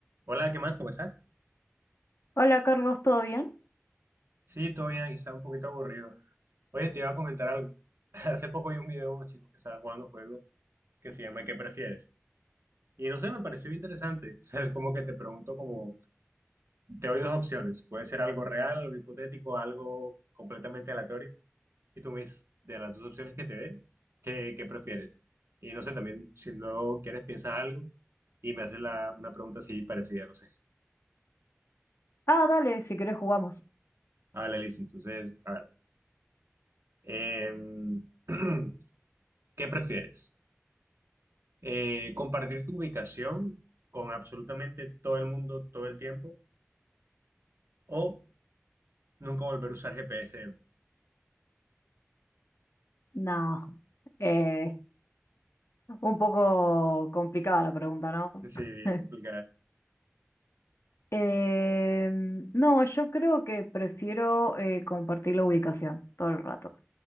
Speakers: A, on the right; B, on the left.
A: Hola, ¿qué más? ¿Cómo estás?
B: Hola Carlos, ¿todo bien?
A: Sí, todo bien, aquí estaba un poquito aburrido. Oye, te iba a comentar algo. <laughs> Hace poco vi un video de unos chicos que estaban jugando un juego que se llama ¿Qué prefieres? Y no sé, me pareció interesante. <laughs> O sea, es como que te pregunto como, te doy dos opciones. Puede ser algo real, algo hipotético, algo completamente aleatorio. Y tú me dices, de las dos opciones que te dé, ¿qué, qué prefieres? Y no sé, también si luego quieres piensas algo y me haces la, una pregunta así parecida, no sé.
B: Ah, dale, si querés jugamos.
A: Vale, listo. Entonces, a ver. Em, <clears throat> ¿Qué prefieres? Eh, ¿compartir tu ubicación con absolutamente todo el mundo todo el tiempo o nunca volver a usar GPS de nuevo?
B: No, eh, un poco complicada la pregunta, ¿no?
A: Sí, bien
B: <laughs>
A: complicada.
B: Em, no, yo creo que prefiero eh, compartir la ubicación todo el rato,